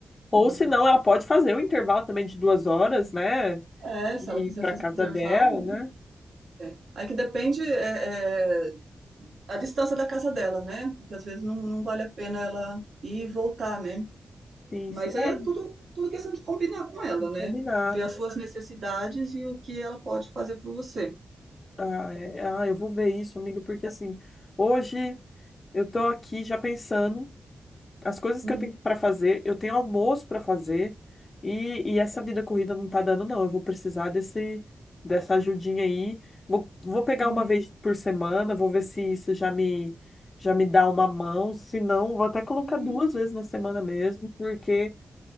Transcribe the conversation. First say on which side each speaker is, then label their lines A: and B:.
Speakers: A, on the left (about 30°); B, on the right (about 65°).
A: Ou
B: Hum,
A: se não, ela pode fazer um intervalo também de duas horas, né?
B: É, se
A: E
B: ela quiser
A: ir para
B: fazer
A: casa
B: um intervalo,
A: dela,
B: né?
A: né?
B: É. Aí que depende é, é, a distância da casa dela, né? Porque às vezes não, não vale a pena ela ir e voltar, né?
A: Sim,
B: Mas
A: sim.
B: aí
A: Ai,
B: é
A: vou
B: tudo, tudo questão de combinar com ela, né?
A: combinar.
B: Ver as suas necessidades e o que ela pode fazer por você.
A: Ah, é- ah, eu vou ver isso, amigo, porque assim, hoje eu tô aqui já pensando as coisas
B: Uhum,
A: que eu tenho para fazer, eu tenho almoço para fazer e, e essa vida corrida não tá dando, não. Eu vou precisar desse dessa ajudinha aí. Vou, vou pegar
B: uhum.
A: uma vez por semana, vou ver se isso já me já me dá uma mão, se não, vou até colocar
B: E
A: duas vezes na semana mesmo, porque